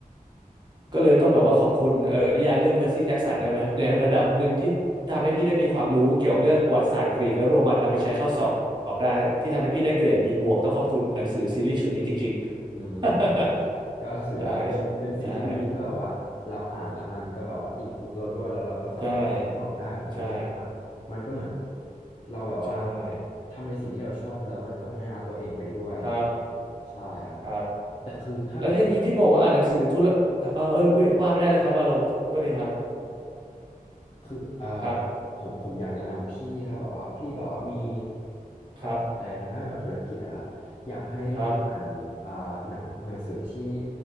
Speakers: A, on the right; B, on the left.
A: ก็เลยต้องแบบว่าขอบคุณเออนิยายเรื่องเพอร์ซี่แจ็กสันใน <laughs> ระในระดับหนึ่งที่ทำให้พี่ได้มีความรู้เกี่ยวกับเรื่องประวัติศาสตร์กรีกและโรมันนำไปใช้เข้าสอบได้ที่ทำให้พี่ได้เกรด B บวกต้องขอบคุณหนังสือซีรีส์ชุดนี้จริงๆ
B: อืม ก็ถือว่าเป็นเป็นสิ่งที่ดีถ้าแบบว่าเราอ่านแล้วมันก็แบบว่า
A: <laughs> ใช่ใช่
B: improve เราด้วยแล้วเราก็สามารถทดสอบได้ผมก็เลยคิดว่ามันก็เหมือน
A: ใช่ใช่
B: เราแบบว่า
A: ใช่
B: ทำในสิ่งที่เราชอบแล้วมันก็พัฒนาตัวเองไปด้วยนะครับ
A: ครับ
B: ใช่ครับ
A: ครับ
B: แต่คือถ้าแบบ
A: แล้วอย่างนี้ที่บอกว่าอ่านหนังสือธุระเออเอ้ยเอ้ยว่าไม่ได้เลยครับวาโลโทษทีครับ
B: คืออ่า
A: ครับ
B: ผมผมอยากแนะนำพี่ถ้าแบบว่าพี่แบบว่ามี
A: ครับ
B: การสนใจทางด้านแบบธุรกิจอะครับอยากให้ลองอ่านอ่าหนังหนังสือที่
A: ครับ